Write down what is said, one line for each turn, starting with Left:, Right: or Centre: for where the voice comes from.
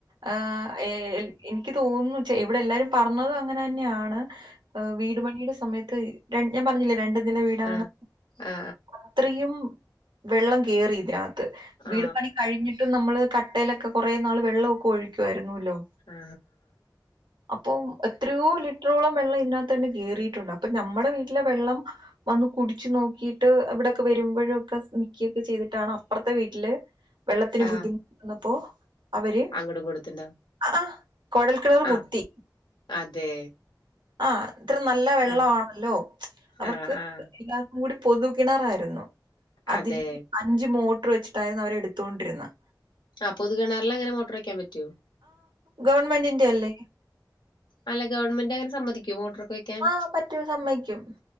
Right: ആ ഏ എനിക്ക് തോന്നുന്നു ചെ ഇവിടെ എല്ലാരും പറഞ്ഞത് അങ്ങനെ തന്നെയാണ് ആ വീട് പണിയുടെ സമയത്ത് ണ്ട് ഞാൻ പറഞ്ഞില്ലേ രണ്ട് തിന്റെ വീടാണ്
Left: ആ ആ
Right: അത്രയും വെള്ളം കേറി ഇത് നാ ത്
Left: ആ ആ
Right: വീട് പണി കഴിഞ്ഞു നമ്മൾ കട്ടയിലൊക്കെ കുറേ നാൾ വെള്ളോക്കെ ഒഴുക്കായിരുന്നല്ലോ
Left: ആ
Right: അപ്പൊ എത്രയോ ലിറ്ററോളം വെള്ളം ഇതിനകത്ത് കേറീട്ടുണ്ട് അപ്പ നമ്മടെ വീട്ടിലെ വെള്ളം വന്ന് കുടിച്ചു നോക്കിട്ട് അവിടെൊക്കെ വരുമ്പോഴക്കെ കുടിക്കെ നൊക്കെ ചെയ്തിട്ടാണ് അപ്പുറത്തെ വീട്ടില് വെള്ളം ത്തിന്
Left: ആ ആ
Right: ബുദ്ധിമുട്ട് വന്നപ്പോ അവര്
Left: അങ്ങോട്ടും കൊടുത്തിണ്ടോ
Right: ആ കൊഴൽ കിണർ കുത്തി
Left: ആ അതെ
Right: ആ അത്ര നല്ല വെള്ളാണല്ലോ
Left: ആ
Right: അവർക്ക്
Left: ആഹ് ആഹ്
Right: കൂടി പൊതു കിണറായിരുന്നു അതിൽ
Left: അതെ.
Right: അഞ്ച് മോട്ടോർ മേട്ടർ വച്ചിട്ടായിരുന്നു അവരെടുത്തൊണ്ടിരുന്നത്
Left: ആ പൊതു കിണാറില് അങ്ങനെ മോട്ടോറ് വയ്ക്കാൻ പറ്റുവോ
Right: ഗവൺമെന്റിന്റെയല്ലേ
Left: അല്ല ഗവൺമെന്റ് അങ്ങനെ സമ്മതികുവൊ മോട്ടറ് വെക്കാൻ
Right: ആ പറ്റും സമ്മതിക്കും